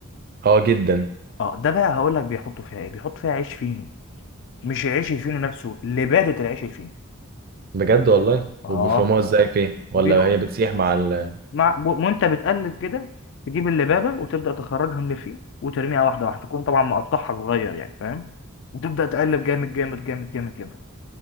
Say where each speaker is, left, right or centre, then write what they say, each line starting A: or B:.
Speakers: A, on the right; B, on the left.
A: اه جدا
B: اه ده بقى هقول لك بيحطوا فيها ايه بيحطوا فيها عيش فينو مش العيش الفينو نفسه لبادة العيش الفينو
A: بجد والله
B: اه
A: وبيفرموها ازاي فيه ولا
B: بيكون
A: هي بتسيح مع ال
B: مع و- وانت بتقلب كده تجيب اللبابة وتبدأ تخرجها من اللي فيه وترميها واحدة واحدة تكون طبعا مقطعها صغير يعني فاهم وتبدأ تقلب جامد جامد جامد جامد جامد